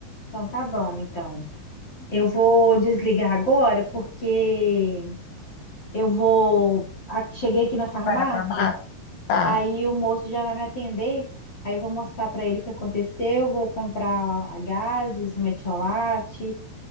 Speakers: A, on the left (about 40°); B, on the left (about 75°).
A: Então tá bom, então. Eu vou desligar agora, porque eu vou. a- Cheguei aqui na farmácia,
B: Vai lá pra mata? Tá.
A: aí o moço já vai me atender. Aí eu vou mostrar para ele o que aconteceu, vou comprar a gases, o metiolate,